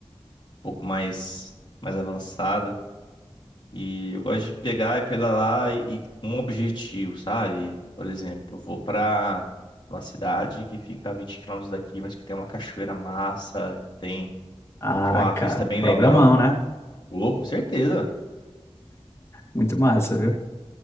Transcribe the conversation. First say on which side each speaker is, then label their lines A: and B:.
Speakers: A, on the left; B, on the left.
A: pouco mais, mais avançada. E eu gosto de pegar e pedalar e, e com um objetivo, sabe? Por exemplo, eu vou pra uma cidade que fica a 20 km daqui, mas que tem uma cachoeira massa, que tem,
B: Ah,
A: tem uma vista
B: cara,
A: bem legal.
B: programão, né?
A: Louco, com certeza.
B: Muito massa, viu?